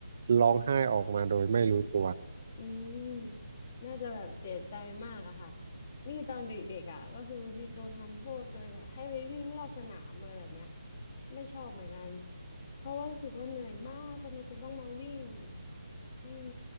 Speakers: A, on the right; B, on the left.
A: ร้องไห้ออกมาโดยไม่รู้ตัว
B: อืมน่าจะแบบเสียใจมากอะค่ะ นี่ตอนเด็กๆอะก็คือมีโดนทำโทษโดยแบบให้ไปวิ่งรอบสนามอะไรแบบเนี้ยไม่ชอบเหมือนกัน เพราะว่ารู้สึกว่าเหนื่อยมาก ทำไมฉันต้องมาวิ่งอืม